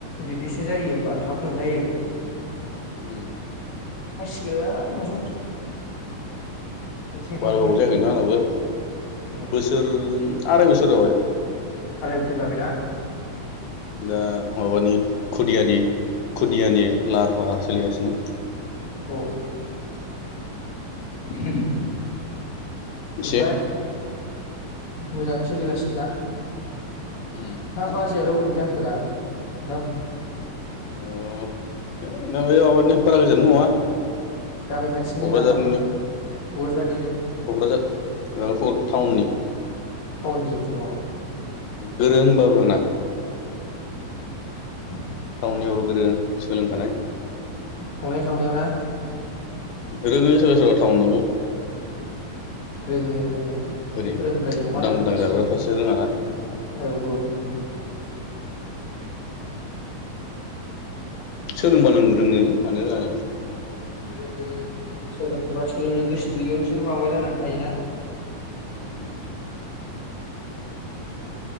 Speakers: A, on the left; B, on the left.
A: बिदिसो जायो होनबा थाब मोनजायो।
B: उम।
A: <unintelligible> नोंथां एसे थाबनो
B: बारा गोबाव जायाखै नोंथां आंनाबो
A: उम
B: बोसोर आराय बोसोर जाबाय।
A: आराय बोसोर जाबाय ना?
B: दा माबानि खुदियानि खुदियानि लाहार फाहार सोलिगासिनो।
A: औ। <unintelligible>
B: एसे
A: ओमफाय। मोजाङै सोलिगासिना
B: उम
A: हा बाजैयालाइ अबेनि जाखोरा नोंथां
B: अ नों बे माबानिनो बारा गोजोन नङा
A: गामि खाथिनि
B: क'क्राझारनिनो
A: नामा <inaudible>
B: क'क्राझार टाउननि
A: उम टाउननि औ
B: गोरों होनबाबो म <inaudible>
A: <inaudible>
B: टाउननि बाबो गोरों सोलोंखानाय
A: संनाय खावनायाव ना
B: रोङो सोरबा सोरबा टाउनावबो
A: रोङो रोंनायाथ'
B: ओरैनो
A: रोंद्राय नङाना
B: उदां उदां
A: गासिबो
B: जाग्राफ्रासो रोङाना
A: औ औ नंगौ
B: सोरोंबा नों रोङो मानो रोङा जानो
A: रोङो सोरबा सोरबा सोलोंनो गोसो गैयि आवसो माबा जानानै थायोना
B: हम